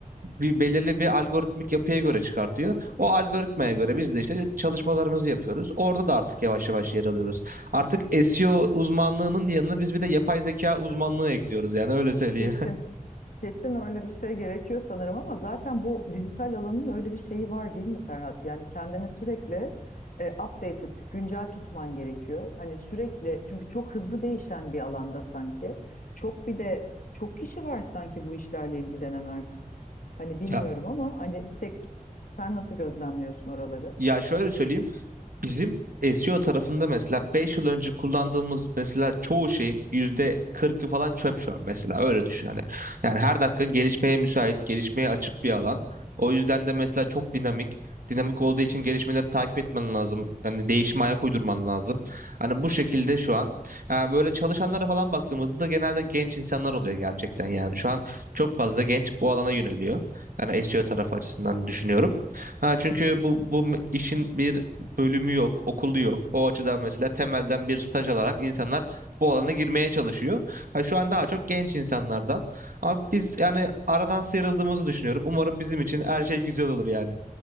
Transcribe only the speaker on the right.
bir belirli bir algoritmik yapıya göre çıkartıyor. O algoritmaya göre biz de işte çalışmalarımızı yapıyoruz. Orada da artık yavaş yavaş yer alıyoruz. Artık SEO uzmanlığının yanına biz bir de yapay zeka uzmanlığı ekliyoruz yani öyle söyleyeyim.
<laughs>
Ya
ya şöyle söyleyeyim. Bizim SEO tarafında mesela 5 yıl önce kullandığımız mesela çoğu şeyin yüzde kırkı falan çöp şu an mesela öyle düşün hani. Yani her dakika gelişmeye müsait, gelişmeye açık bir alan. O yüzden de mesela çok dinamik. Dinamik olduğu için gelişmeleri takip etmen lazım. Hani değişime ayak uydurman lazım. Hani bu şekilde şu an. Yani böyle çalışanlara falan baktığımızda da genelde genç insanlar oluyor gerçekten yani. Şu an çok fazla genç bu alana yöneliyor. Yani SEO tarafı açısından düşünüyorum. Ha, çünkü bu bu me- işin bir bölümü yok, okulu yok. O açıdan mesela temelden bir staj alarak insanlar bu alana girmeye çalışıyor. Ha, şu an daha çok genç insanlardan. Ama biz yani aradan sıyrıldığımızı düşünüyorum. Umarım bizim için her şey güzel olur yani.